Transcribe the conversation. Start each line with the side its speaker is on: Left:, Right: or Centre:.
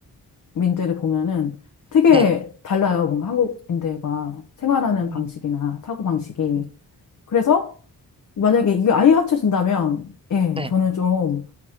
Left: 탈북민들을 보면은 되게
Right: 네,
Left: 달라요. 뭔가 한국인들과 생활하는
Right: 음,
Left: 방식이나 사고 방식이.
Right: 음,
Left: 그래서 만약에 이게 아예 합쳐진다면, 예,
Right: 네.
Left: 저는 좀